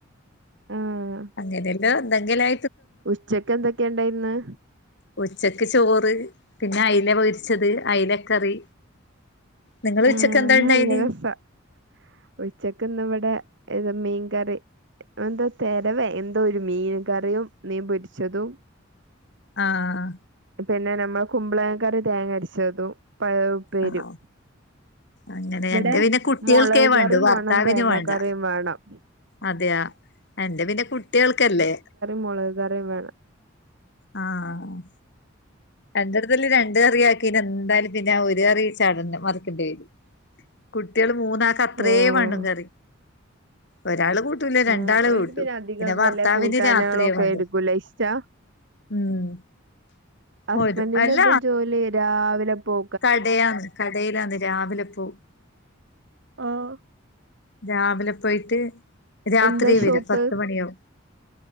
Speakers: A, on the right; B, on the left.
A: ആഹ്
B: അങ്ങനെയല്ലോ എന്തെങ്കിലും ആ
A: ഉച്ചക്ക് എന്തൊക്കെയ ഉണ്ടായി ഇന്ന്?
B: ഉച്ചക്ക് ചോറ്, പിന്നെ അയില പൊരിച്ചത്, അയിലക്കറി. നിങ്ങള്
A: ആഹ്
B: ഉച്ചക്ക് എന്താ ഇണ്ടായിന്
A: നല്ല രസാ. ഉച്ചക്കിന്നിവിടെ മീൻകറി. എന്താ തെരവേ എ ന്ത് ഒരു മീൻ കറിയും, മീൻ പൊരിച്ചതും.
B: ആഹ് ആ.
A: പിന്നെ നമ്മള കുമ്പളങ്ങക്കറി തേങ്ങ അരച്ചതും, പയറു ഉപ്പേരും.
B: ആണോ അങ്ങനെ
A: ഇവിടെ
B: എന്റെ പിന്നെ കുട്ടികൾക്കേ
A: മുളകുകറിയും
B: വേണ്ടു ഭർത്താവിന്
A: വേണം, തേങ്ങാക്കറിയും
B: വേണ്ട
A: വേണം.
B: അതെയാ. എന്റെ പിന്നെ കുട്ടികൾക്കല്ലേ.
A: മുളകുകറിയും വേണം.
B: ആഹ്. എന്റെടുത്തല് രണ്ട് കറി ആക്കി പിന്നെന്തായാലും, പിന്നെ ആ ഒരു കറി ചടന് മറിക്കേണ്ടി വരും. കുട്ടികള് മൂന്നാക്ക് അത്രേം
A: ഓഹ്
B: വേണം കറി. ഒരാള് കൂ <unintelligible> രണ്ടാള്
A: ആഹ് ഓൽക്ക്
B: കൂട്ടും
A: അധികം
B: പിന്നെ ഭർത്താവിന്
A: വല്ല കൂട്ടാനുകളൊക്കെ
B: രാത്രി മതി
A: ആയിരിക്കൂല്ലേ ഇഷ്ടാ
B: ഉം
A: ഹസ്ബൻഡിന്
B: പോരും അല്ല
A: എന്താ ജോലി രാവിലെ പോ
B: കടയാന്ന് കടയിലാന്ന് രാവിലെ പോവും
A: ആഹ്
B: രാവിലെ പോയിട്ട് രാത്രി
A: എന്താ ഷോപ്പ്
B: വരും പത്ത് മണിയാവും